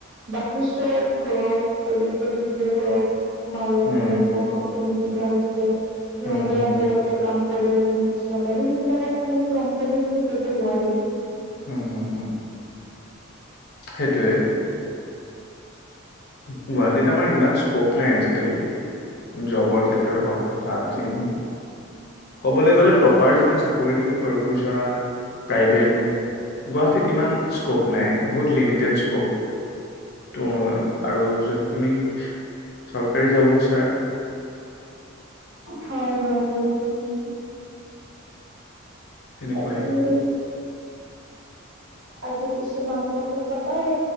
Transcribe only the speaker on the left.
উম
উম হম
উম হম হম। সেইটোৱে গুৱাহাটীত আমাৰ ইমান স্কোপ নাই আজিকালি। জবৰ ক্ষেত্ৰত হওক বা
জি নহওঁক। কবলে গলে প্ৰপাৰ যদি চাকৰি তুমি কৰিব বিচৰা প্ৰাইভেট গুৱাহাটীত ইমান স্কোপ নাই। বহুত লিমিটেড স্কোপ। ত আৰু যদি তুমি চৰকাৰী যাব বিচাৰ
তেনেকুৱাই